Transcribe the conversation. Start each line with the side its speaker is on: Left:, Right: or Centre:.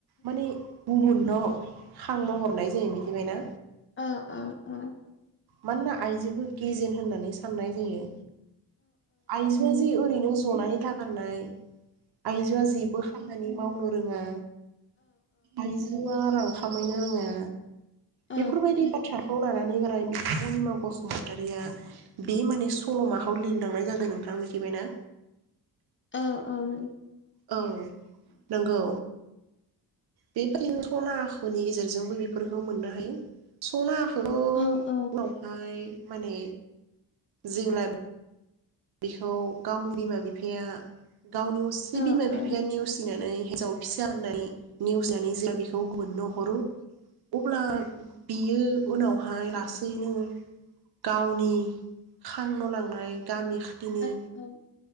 Right: माने गुबुनल' खांनो हरनाय जायो मिथिबायना
Left: औ औ औ
Right: मानोना आइजोखौ गेजेन होननानै साननाय जायो। आइजोआ जे ओरैनो जनायनि थाखाय थानाय आयजोआ जेबो खामानि मावनो फोरोङा आइजोआ खामायनो रोङा
Left: औ
Right: बेफोरबायदि बाथ्राखौ लानानै राय बिथां अनिमा बसुमतारिया बे माने सल'माखौ लिरलांनाय जादों नोंथा मिथिबायना।
Left: औ औ
Right: औ नंगौ। बेबायदिनो सना आखुनि गेजेरजोंबो बेफोरखौ मोननो हायो सना खौ उनावहाय
Left: औ औ
Right: माने जिवलान बिखौ गावनि बिमा बिफाया गावनि असे
Left: औ
Right: बिमा
Left: औ
Right: बिफाया नेवसिनानै हिजाव फिसा होननाय नेवसिनानै जेहा बेखौ मोननो हरो अब्ला बियो उनावहाय लास्ट थैनो गावनि खांन' लांनाय गामि। खाथिनि
Left: औ औ।